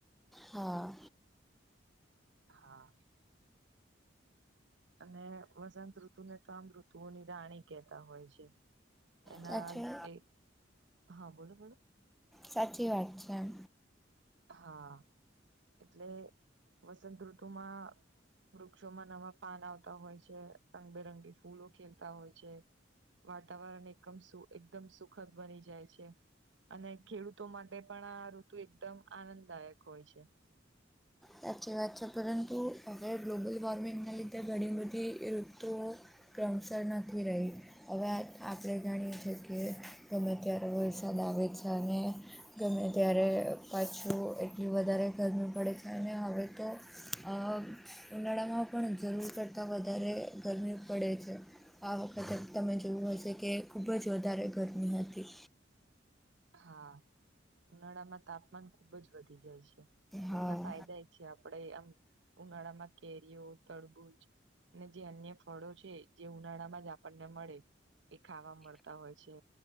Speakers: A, in the centre; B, on the right.
A: હા.
B: હા. અને વસંત ઋતુ ને તો આમ ઋતુઓની રાણી કેતા હોય છે. એના
A: સાચી
B: એ હા બોલો બોલો.
A: સાચી વાત છે એમ.
B: હા એટલે વસંતઋતુમાં વૃક્ષોમાં નવા પાન આવતા હોય છે રંગબેરંગી ફૂલો ખેલતા હોય છે. વાતાવરણ એકમ સુ એકદમ સુખદ બની જાય છે. અને ખેડૂતો માટે પણ આ ઋતુ એકદમ આનંદદાયક હોય છે.
A: સાચી વાત છે પરંતુ, હવે ગ્લોબલ વોર્મિંગના લીધે ઘણી બધી એ સ્તુઓ ક્રમશર નથી રહી. હવે આ આપડે જાણીએ છીએ કે ગમે ત્યારે વરસાદ આવે છે અને ગમે ત્યારે પાછું એટલી વધારે ગરમી પડે છે અને હવે તો અ ઉનાળામાં પણ જરૂર કરતાં વધારે ગરમી પડે છે આ વખતે તમે જોયું હશે કે ખૂબ જ વધારે ગરમી હતી.
B: હા ઉનાળામાં તાપમાન ખુબ જ વધી જાય છે.
A: હા
B: એમના ફાયદા એ છે આપડે આમ ઉનાળા માં કેરીઓ, તરબૂજ એ જે અન્ય ફળો છે જે ઉનાળા માં જ આપણને મળે. એ ખાવા મળતા હોય છે